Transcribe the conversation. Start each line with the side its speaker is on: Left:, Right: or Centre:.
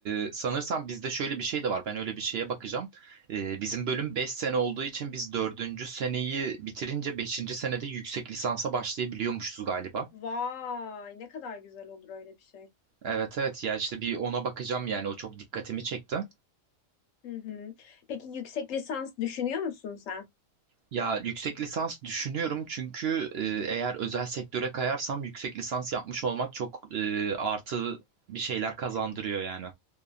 Right: e, sanırsam bizde şöyle bir şey de var ben öyle bir şeye bakacağım. E, bizim bölüm 5 sene olduğu için biz dördüncü seneyi bitirince beşinci senede yüksek lisansa başlayabiliyormuşuz galiba.
Left: Vay, ne kadar güzel olur öyle bir şey.
Right: Evet evet ya işte bir ona bakacağım yani o çok dikkatimi çekti.
Left: Hı hı. Peki yüksek lisans düşünüyor musun sen?
Right: Ya yüksek lisans düşünüyorum çünkü e, eğer özel sektöre kayarsam yüksek lisans yapmış olmak çok e, artı bir şeyler kazandırıyor yani.